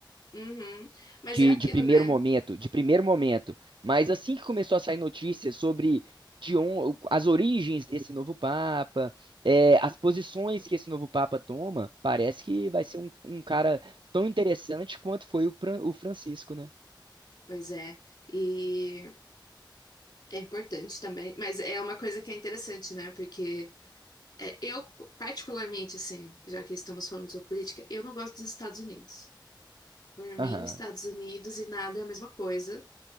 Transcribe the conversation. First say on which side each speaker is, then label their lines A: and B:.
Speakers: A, on the left; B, on the right.
A: Uhum. Mas
B: de,
A: é aquilo,
B: de primeiro
A: né?
B: momento, de primeiro momento. Mas assim que começou a sair notícias sobre de on, as origens desse novo Papa, é, as posições que esse novo Papa toma, parece que vai ser um, um cara tão interessante quanto foi o, Fran- o Francisco, né?
A: Pois é, e é importante também, mas é uma coisa que é interessante, né? Porque é, eu, particularmente, assim, já que estamos falando sobre política, eu não gosto dos Estados Unidos. Por mim,
B: Aham.
A: Estados Unidos e nada é a mesma coisa,